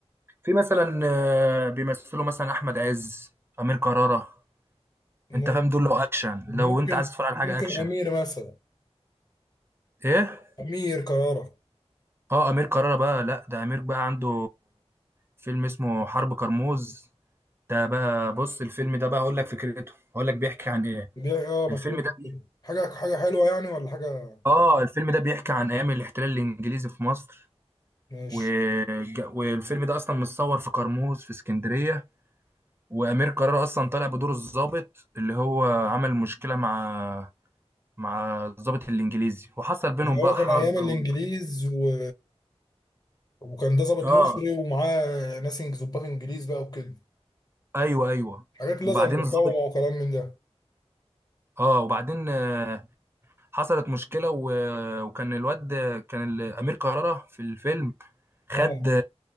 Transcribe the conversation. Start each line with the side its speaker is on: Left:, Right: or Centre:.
Right: في مثلا آه، بيمثلوا مثلا احمد عز امير كرارة
Left: ممكن
Right: انت فاهم دول لو اكشن
Left: ممكن
Right: لو انت عايز تتفرج على
Left: ممكن
Right: حاجه اكشن
Left: امير مثلا
Right: ايه
Left: امير كرارة
Right: اه امير كرارة بقى لا ده امير بقى عنده فيلم اسمه حرب كرموز ده بقى بص الفيلم ده بقى اقول لك فكرته اقول لك بيحكي عن ايه
Left: بيع اه ما
Right: الفيلم
Left: تقول
Right: ده
Left: لي
Right: بي-
Left: كده. حاجه حاجه حلوه يعني ولا حاجه
Right: اه الفيلم ده بيحكي عن ايام الاحتلال الانجليزي في مصر
Left: ماشي
Right: وج- والفيلم ده اصلا متصور في قرموز في اسكندريه وامير قرار اصلا طالع بدور الضابط اللي هو عمل مشكله مع مع الضابط الانجليزي وحصل بينهم
Left: يعني
Right: بقى
Left: هو
Right: حرب
Left: كان ايام الانجليز
Right: و...
Left: و... وكان ده ضابط
Right: اه
Left: مصري ومعاه ناس إنج- ظباط انجليز بقى وكده
Right: ايوه ايوه
Left: حاجات اللي
Right: وبعدين
Left: زي المقاومه
Right: الضابط
Left: وكلام من ده
Right: اه وبعدين آه، حصلت مشكله و... وكان الواد كان ال- امير كرارة في الفيلم خد
Left: اه